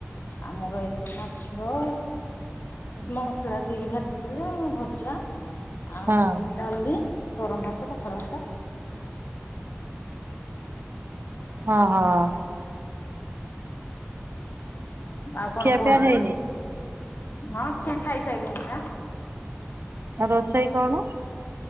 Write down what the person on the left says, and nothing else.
ଆମର ହେଇଚି ମାଛ ମସଲା ଦେଇକି ଭାଜିଥିଲେ ଭଜା ଆଉ
ଡାଲି, ଗରମ ଭାତ, ପଖାଳ ଭାତ।
ଆଉ କଣ
କୁହନ୍ତୁ?
ହଁ ଖିଆ ଖାଇ ସାଇଲୁଣି ନା।